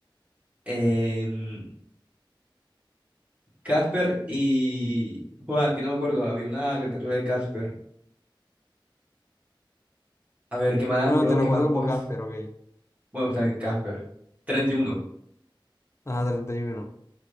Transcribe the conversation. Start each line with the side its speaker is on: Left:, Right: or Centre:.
Right: Em, Casper y... Joder, que no me acuerdo. Había una caricatura de Casper. A ver, ¿qué más,
Left: Bueno,
Right: bro?
Left: te lo
Right: ¿Qué
Left: cuento
Right: más,
Left: como
Right: pues?
Left: Casper, ok.
Right: Bueno, está bien, Casper. 31.
Left: Ah, 31.